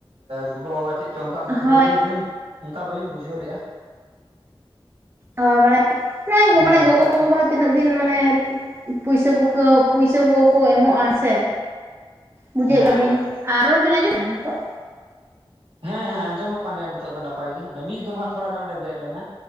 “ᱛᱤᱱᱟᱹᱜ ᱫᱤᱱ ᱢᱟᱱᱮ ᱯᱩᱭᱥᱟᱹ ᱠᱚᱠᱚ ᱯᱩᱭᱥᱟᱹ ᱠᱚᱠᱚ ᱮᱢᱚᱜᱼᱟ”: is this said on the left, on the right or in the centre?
Right